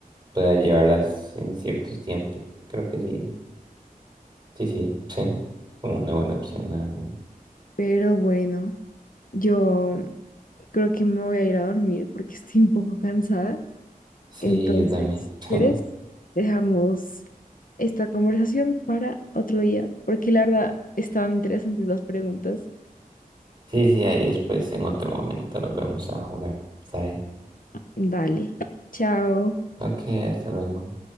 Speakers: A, on the right; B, on the left.
A: puedas llevarlas en ciertos tiempos. Creo que sí, sí, sí, <laughs> como una buena opción, la verdad.
B: Pero bueno, yo creo que me voy a ir a dormir porque <laughs> estoy un poco cansada.
A: Sí,
B: Entonces,
A: yo también.
B: si
A: <laughs>
B: ¿quieres? Dejamos esta conversación para otro día, porque la verdad estaban interesantes las preguntas.
A: Sí, sí, ahí después en otro momento volvemos a jugar, ¿saben?
B: Dale, chao.
A: Ok, hasta luego.